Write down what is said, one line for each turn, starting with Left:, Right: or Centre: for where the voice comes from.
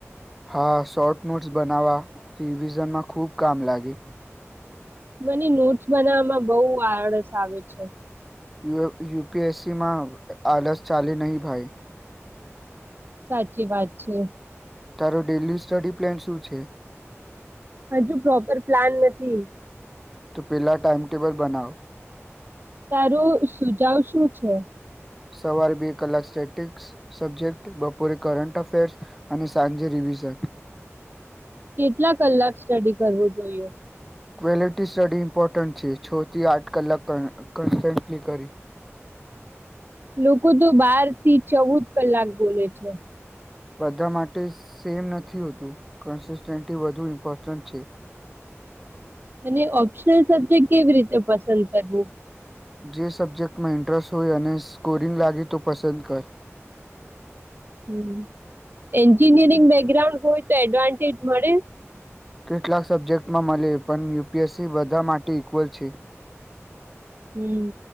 Centre: હા શોર્ટ નોટ્સ બનાવા રિવિઝનમાં ખુબ કામ લાગે.
Right: મને નોટ્સ બનાવામાં બહુ આળસ આવે છે.
Centre: યુએ યુપીએસસીમાં આલસ ચાલે નહીં ભાઈ
Right: સાચી વાત છે.
Centre: તારો ડેલી સ્ટડી પ્લેન શું છે?
Right: હજુ પ્રોપર પ્લાન નથી
Centre: તો પેલા ટાઈમટેબલ બનાવ.
Right: તારો સુજાવ શું છે?
Centre: સવારે બે કલાક સ્ટેટિક્સ સબ્જેક્ટ, બપોરે કરંટ અફેર્સ અને સાંજે રિવિઝન
Right: કેટલા કલાક સ્ટડી કરવું જોઈએ?
Centre: ક્વલિટી સ્ટડી ઇમ્પોર્ટન્ટ છે. છ થી આઠ કલાક ક કન્સ્ટન્ટલી કરી
Right: લોકો તો બાર થી ચૌદ કલાક બોલે છે.
Centre: બધા માટે સેમ નથી હોતું. કનસિસ્ટન્ટી વધુ ઇમ્પોર્ટન્ટ છે.
Right: અને ઓપ્શન નલ સબ્જેક્ટ કેવી રીતે પસંદ કરવું?
Centre: જે સબ્જેક્ટમાં ઇન્ટરેસ્ટ હોય અને સ્કોરિંગ લાગી તો પસંદ કર.
Right: હમ એન્જિનિયરિંગ બેકગ્રાઉન્ડ હોય તો એડવાન્ટેજ મળે?
Centre: કેટલાક સબ્જેક્ટમાં મલે પણ યુપીએસસી બધા માટે ઈક્વલ છે.
Right: હમ